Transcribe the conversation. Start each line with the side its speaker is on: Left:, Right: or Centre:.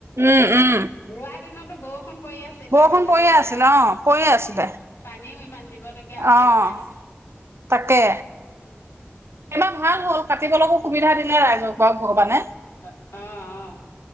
Right: উম, উম।
Left: ৰোৱাত দিনতো বৰষু পৰি আছিলে
Right: বৰষুণ
Left: মাজে
Right: পৰিয়ে
Left: মাজে
Right: আছিলে অ', পৰিয়ে আছিলে
Left: পানীও ইমান দিব লগীয়া হোৱা
Right: অ',
Left: নাই
Right: তাকে
Left: উ
Right: এইবাৰ ভাল হ'ল কাটিবলৈকো সুবিধা দিলে ৰাইজক বাৰু ভগৱানে
Left: অ অ অ